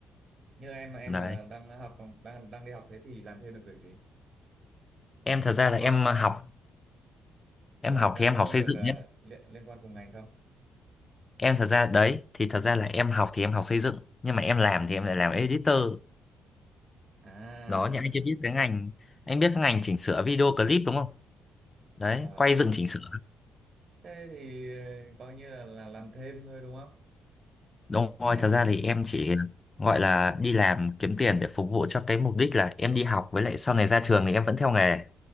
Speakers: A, on the right (about 45°); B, on the left (about 25°).
A: như em em
B: đấy
A: mà đang học đang đang đi học thế thì làm thêm được việc gì
B: em thật ra là
A: có
B: em học em
A: có làm
B: học
A: các
B: thì em
A: các
B: học
A: công
B: xây
A: việc
B: dựng
A: ờ,
B: nhé
A: liên liên quan cùng ngành không
B: em thật ra đấy thì thật ra là em học thì em học xây dựng nhưng mà em làm thì em lại làm editor
A: À,
B: đó nhưng anh chưa biết cái ngành anh biết cái ngành chỉnh sửa video clip đúng không đấy
A: ờ,
B: quay dựng chỉnh sửa
A: thế thì ờ, coi như là, là làm thêm thôi đúng không?
B: đúng rồi
A: Em,
B: thật ra thì em chỉ gọi là đi làm kiếm tiền để phục vụ cho cái mục đích là em đi học với lại sau này ra trường thì em vẫn theo nghề